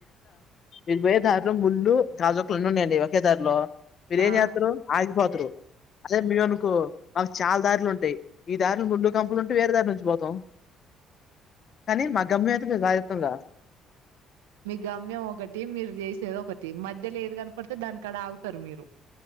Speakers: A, on the left; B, on the right.
A: ఇది పోయే ధారిలో ముళ్ళలు రాజోక్కలున్న ఉన్నాయండి ఒకే దారిలో మీరేం
B: ఆ
A: చేత్తరు ఆగిపోతరు అదే మేమను కో మాకు చాలా దారులు ఉంటాయి ఈ దారిలో ముళ్లు కంపులు ఉంటే వేరే దారిలోంచి పోతాం కానీ మాగమ్మి <unintelligible>
B: మీ గమ్యం ఒకటి మీరు చేసేది ఒకటి మధ్యలే ది ఆన్ పడ్ దానికాడ ఆగుతారు మీరు